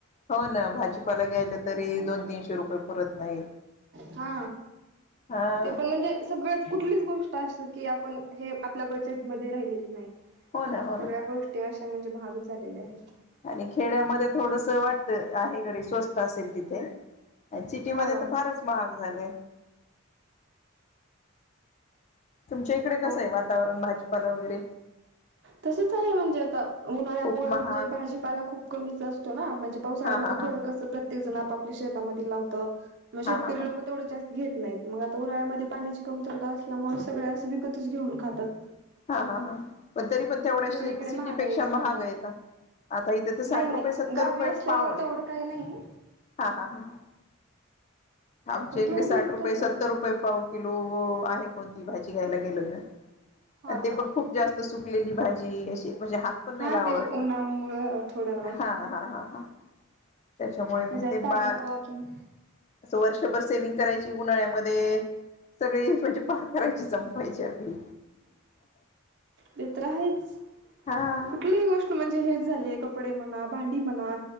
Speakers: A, on the left (about 35°); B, on the right (about 55°).
A: हो ना भाजीपाला ग्यायला तरी दोन तीनशे रुपये परत नाहीत
B: हा
A: हा
B: ते पण म्हणजे सगळ कुठलीच गोष्ट अस की आपण हे आपल्या बजेटमध्येध्ये राहिलेले नाही
A: हो ना हो ना
B: सगळ्या गोष्टी अशा म्हणजे महागच झालेल्या आहेत
A: आणि खेड्यामध्ये थोडस वाटतं आहेकडे स्वस्त असेल तिथे सिटी मध्ये
B: हा ना
A: तर फारच महाग झाले तुमच्या इकडे कसं
B: हो.
A: आहे वातावरण भाजीपाला वगैरे
B: तसच आहे म्हणजे आता उन्हाळ्यामुळे
A: खूप महाग
B: म्हणजे भाजीपाला खूप कमीच असतो ना म्हणजे पावसाळ्यामध्ये
A: हा हा हा
B: थडं कसं प्रत्ये जण आप शेतामध्ये लावत म
A: हा
B: शेतकरी
A: हा हा
B: लोक तेवढ जास्त घेत नाहीत मग आ उन्हाळ्यामध्ये पाण्याची कमरता असल्यामुळे सगळे असं विकतच घेऊन खातात.
A: हा हा हा पण तरी पण तेवढ्या
B: सगळीकडे
A: सिटीपेक्षा
B: महागाईच राहणार.
A: महागे का? आता इथे तर
B: नाही
A: साठ
B: नाही
A: रुपये सत्तर
B: गावी
A: रुपये
B: असल्यामुळे
A: पावे.
B: तेवढं काही नाही
A: हा हा ह ह. आमच्या
B: पण
A: इकडे
B: थोडं
A: साठ
B: भेटतच
A: रुपये सत्तर
B: असं मला.
A: रुपये पाव किलो आहे. कोणती भाजीयला गेलो ना
B: हा
A: ते
B: का.
A: पण खूप जास्त सुकली भाजी अशी म्हणजे हात पण नाही
B: हा
A: लावां
B: ते
A: वाटत
B: उन्हामुळं थोडं
A: हा हा हा ह. त्याच्यामुळे मग
B: त्याच्यावर
A: ते
B: ताजे
A: बा
B: तवा आपण
A: अस वर्षभर सेव्हंग करायची उन्हाळ्यामध्ये सगळी म्हणजे पार करायची संपवायची आपली
B: ते तर आहेच.
A: हा
B: कुठलीही गोष्ट म्हणजे हेच झाली कपडे म्हणा भांडी म्हणा